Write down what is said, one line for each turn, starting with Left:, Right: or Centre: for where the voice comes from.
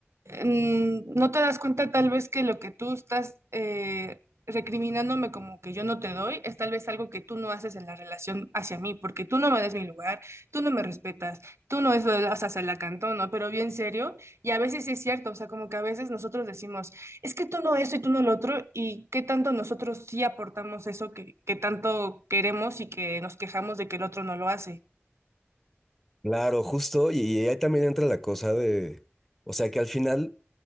Right: mm, no te das cuenta tal vez que lo que tú estás eh, recriminándome como que yo no te doy es tal vez algo que tú no haces en la relación hacia mí, porque tú no me das mi lugar, tú no me respetas, tú no eso, o sea, se la cantó, ¿no? Pero bien serio, y a veces sí es cierto, o sea, como que a veces nosotros decimos, es que tú no eso y tú no lo otro, y qué tanto nosotros sí aportamos eso que, que tanto queremos y que nos quejamos de que el otro no lo hace.
Centre: Claro, justo, y, y ahí también entra la cosa de, o sea que al final,